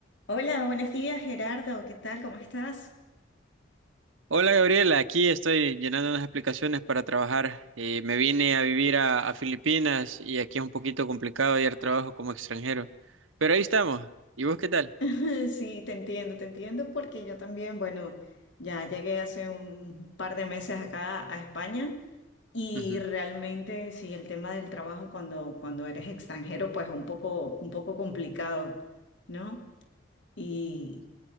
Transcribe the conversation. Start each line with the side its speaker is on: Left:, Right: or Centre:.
Left: Hola, buenos días Gerardo, ¿qué tal? ¿Cómo estás?
Right: Hola Gabriela, aquí estoy llenando unas aplicaciones para trabajar. Eh, me vine a vivir a, a Filipinas y aquí es un poquito complicado hallar trabajo como extranjero. Pero ahí estamos. ¿Y vos qué tal?
Left: <laughs> Sí, te entiendo, te entiendo porque yo también, bueno, ya llegué hace un par de meses acá a España y
Right: Ujú.
Left: realmente sí, el tema del trabajo cuando, cuando eres extranjero pues un poco, un poco complicado, ¿no? Y